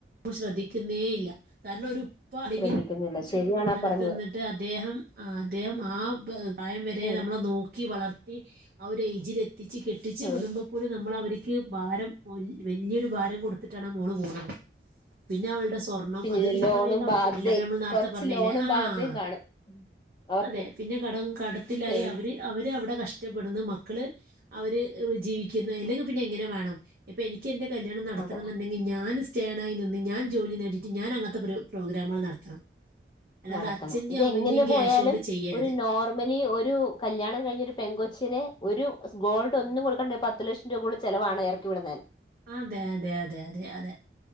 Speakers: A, on the right; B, on the left.
A: ശ്രദ്ധിക്കുന്നേ ഇല്ല കാർണൊരു ഇപ്പൊ അല്ലെങ്കിൽ
B: ശ്രദ്ധിക്കുന്നില്ല ശരിയാണാ
A: സ്ഥാനത്തിന്നിട്ട്
B: പറഞ്ഞത്
A: അദ്ദേഹം- ആഹ് അദ്ദേഹം ആ- പ്രായംവരെ
B: ഉം
A: നമ്മളെ നോക്കി വളർ- ത്തി ആ ഒരു ഏജിലെത്തി - ത്തിച്ച് കെട്ടിച്ച്
B: ഉം
A: വിടുമ്പപ്പോലും നമ്മള് വരി- ക്ക് ഭാരം വല് വല്ലിയ ഒരു ഭാരം കൊടുത്തിട്ടാണ് ആ മോള് പോണത് പിന്നെ അവൾടെ സ് സ്വർണം
B: പിന്നില്ലേ
A: അത് പിന്നെ
B: ലോണും
A: പറയണ്ടാവിശ്യല്ല
B: ബാധ്യയും
A: അപ്പ ഞമ്മള് നേരത്തെ
B: കൊറച്ച്
A: പറഞ്ഞീല്ലേ
B: ലോണും
A: ആഹ്
B: ബാധ്യയും കാണും അവർക്ക്
A: അതെ പിന്നെ കടം കടത്തിലായി
B: സേവിങ്സ്
A: അവര് അവരവിടെ കഷ് ഷ്ടപ്പെടുന്നു മക്കള് അവര് ജീവിക്കുന്ന് എല്ലെങ്കി പിന്നെ എങ്ങനെ വേണം ഇപ്പൊ എനി ക്കെന്റെ കല്യാണം നടത്തണന്നണ്ടെങ്കി
B: അതെ
A: ഞാന് സ് സ്റ്റേണായി നിന്നി ഞാൻ ജോലി നേടീട്ട് ഞാൻ അങ്ങനത്തെ പരു പ്രോഗ്രാമുകൾ നടത്തണം അല്ലാതെ
B: നടത്തണം
A: അച്ഛന്റെയും
B: ഇതെങ്ങെനെ
A: അമ്മന്റെയും ക്യാഷ്
B: പോയാലും
A: കൊണ്ട് ചെയ്യരുത്
B: ഒരു നോർമലി ഒരു കല്യാണം കഴിഞ്ഞൊരു പെങ്കൊച്ചിനെ ഒരു ഗോൾഡ് ഒന്നും കൊടുക്കാണ്ടൊരു പത്ത് ലക്ഷം രൂപുള്ള ചെലവാണ് എറക്കി വിടുന്നേ
A: അതെ അതെ അതെ അതെ അതെ